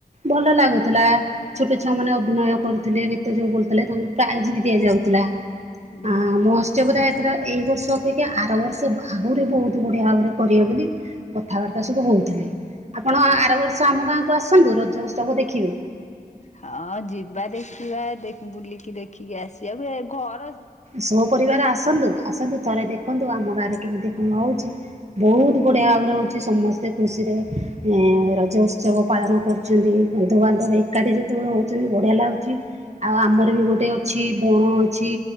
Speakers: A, on the right; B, on the left.
A: ଭଲ ଲାଗୁଥିଲା। ଛୋଟ ଛୁଆ ମାନେ ଅଭିନୟ କରୁଥିଲେ। ଗୀତ ଯୋଉ ବଲୁଥିଲେ ତାଙ୍କୁ ପ୍ରାଇଜ ବି ଦିଆଯାଉଥିଲା।
B: ହୁଁ
A: ହଁ ମୋହସ୍ରବ ଏଥର ଏଇ ବର୍ଷ ଅପେକ୍ଷା ଆର ବର୍ଷ ଆହୁରି ବହୁତ ବଢ଼ିଆ ଭାବରେ କରିବେ ବୋଲି‌ କଥାବାର୍ତ୍ତା ସବୁ ହଉଥିଲେ। ଆପଣ ଆର ବର୍ଷ ଆମ ଗାଁକୁ ଆସନ୍ତୁ ରଜ ଉତ୍ସବ ଦେଖିବେ‌।
B: ହଁ ଯିବା ଦେଖିବା ବୁଲିକି ଦେଖିକି ଆସିବା ବେ ଘର
A: ସ ପରିବାର ଆସନ୍ତୁ ଆସନ୍ତୁ ଥରେ ଦେଖନ୍ତୁ ଆମ ଗାଁରେ କେମିତି କଣ ହଉଚି? ବହୁତ ବଢିଆ ଭାବରେ ହଉଚି। ସମସ୍ତେ ଖୁସିରେ ଏ ରଜ ଉତ୍ସବ ପାଳନ କରୁ ଚନ୍ତି, ବନ୍ଧୁବାନ୍ଧବ ଏକାଠି ଯେତେବେଳେ ହଉଚନ୍ତି ବଢିଆ ଲାଗୁଛି ଆଉ ଆମର ବି ଗୋଟେ ଛି ବଣ ଅଛି।